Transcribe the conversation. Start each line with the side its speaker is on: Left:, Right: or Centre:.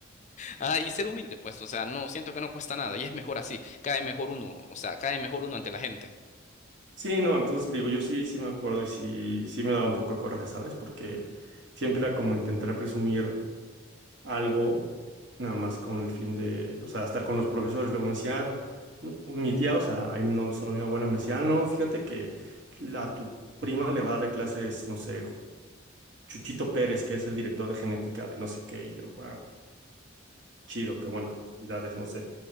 Left: Ah, y ser humilde, pues, o sea, no, siento que no cuesta nada y es mejor así. Cae mejor uno, o sea, cae mejor uno ante la gente.
Right: Sí, no, entonces te digo, yo sí, sí me acuerdo y sí, sí me daba un poco de coraje, ¿sabes? Porque siempre era como intentar presumir algo, nada más con el fin de, o sea, hasta con los profesores. Luego me decía, "Mm, mi tía, o sea, ahí no solo mi abuela, me decía, "Ah, no, fíjate que la, tu prima le va a dar clases, no sé, Chuchito Pérez, que es el director de genética de no sé qué, y yo, ah, chido, qué bueno, edades, no sé.